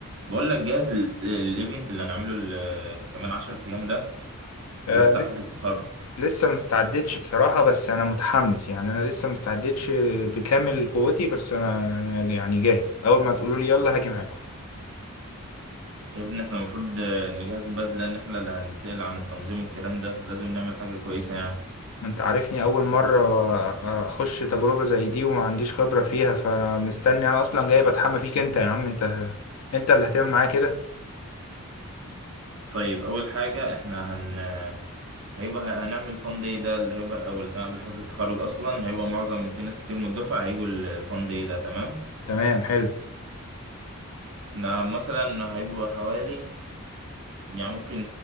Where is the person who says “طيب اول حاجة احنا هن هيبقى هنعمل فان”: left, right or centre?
Right